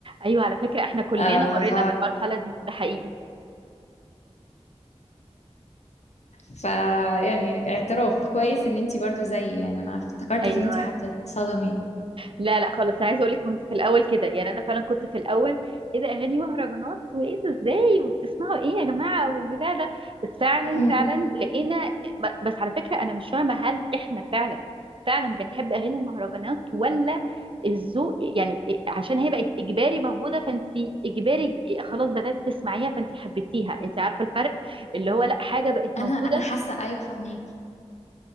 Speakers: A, on the right; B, on the left.
A: ايوه على فكره احنا كلنا
B: آه،
A: مرينا
B: ف
A: بالمرحله دي ده حقيقي
B: فيعني اعتراف كويس ان انتي برضو زيي يعني انا افتكرتك
A: ايوه
B: ان انتي هتتصدمي
A: لا لا خالص انا عايزه اقول لك كنت في الاول كده يعني انا فعلا كنت في الاول ايه ده اغاني مهرجانات وايه ده ازاي وبتسمعوا ايه يا جماعه والبتاع ده بس فعلا
B: مم.
A: فعلا لقينا بس على فكره انا مش فاهمه هل احنا فعلا فعلا بنحب اغاني المهرجانات ولا الذوق يعني عشان هي بقت اجباري موجوده فانت اجباري خلاص بداتي تسمعيها فانت حبيتيها انت عارفه الفرق اللي هو لا حاجه بقت موجوده
B: انا انا حاسه ايوه فاهماكي